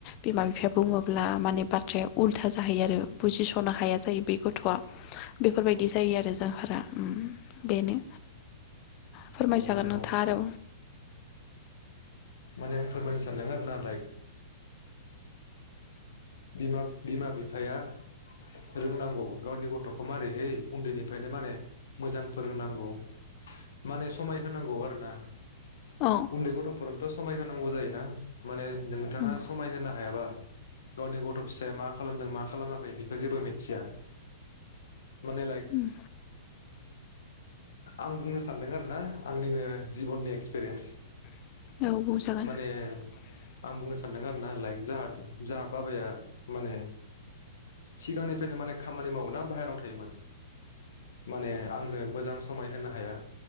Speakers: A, on the left; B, on the left.
A: बिमा बिफाया बुङोब्ला माने बाथ्राया उल्था जाहैयो आरो बुजिसनो हाया जायो। बे गथआ बेफोरबायदि जायो आरो जाहोना बेनो। फोरमायजागोन
B: औ नंगौ
A: नोंथाङा आरो
B: माने आं फोरमायनो सानदों ना <inaudible> बिमा-बिमा बिफाया रोंनांगौ गावनि गथखौ मारैहै उन्दैनिफ्रायनो माने मोजां फोरोंनांगौ माने समाय होनांगौ आरो ना
A: औ
B: उन्दै गथफोरनोथ समाय होनांगौ जायोना माने नोंथाङा
A: उम
B: समाय होनो हायाबा। गावनि गथ फिसाया मा खालामदों मा खालामाखै बेखौ जेबो मिथिया। माने लाइक
A: उम
B: आं बुंनो सान्दों आरो ना आंनिनो जिबननि एक्सपिरियेन्स।
A: <inaudible>
B: माने आं बुंनो सानदों आरो ना लाइक <unintelligible> जाहा बाबाया माने सिगांनिफ्रायनो माने खामानि मावो ना बाहेरायाव थायो माने माने आंनो मोजां समाय होनो हाया